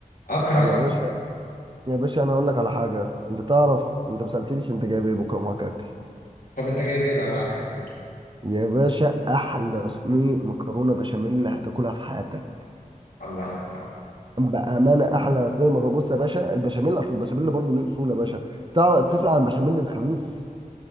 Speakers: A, on the left; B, on the right.
A: أكرهه
B: يا باشا يا باشا انا اقول لك على حاجه انت تعرف انت ما سالتنيش انت جايب ايه بكره معاك اكل
A: طب أنت جايب إيه بقى معاك أكل
B: يا باشا احلى صينيه مكرونه بشاميل اللي هتاكلها في حياتك
A: الله الله
B: بامانه احلى صينيه مكرونه بص يا باشا البشاميل اصل البشاميل برضه له اصول يا باشا تعرف تسمع عن بشاميل الخميس